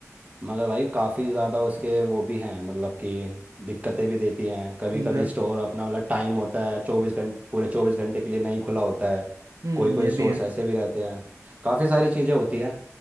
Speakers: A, on the right; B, on the right.
A: मगर भाई काफ़ी ज़्यादा उसके वो भी हैं मतलब कि दिक्कतें भी देती हैं कभी
B: जो
A: कभी स्टोर अपना मतलब टाइम होता है चौबीस घंटे पूरे चौबीस घंटे के लिए नहीं खुला होता है
B: हम्म
A: कोई कोई
B: ये
A: स्टोर्स
B: भी है
A: ऐसे भी रहते हैं काफ़ी सारी चीज़ें होती हैं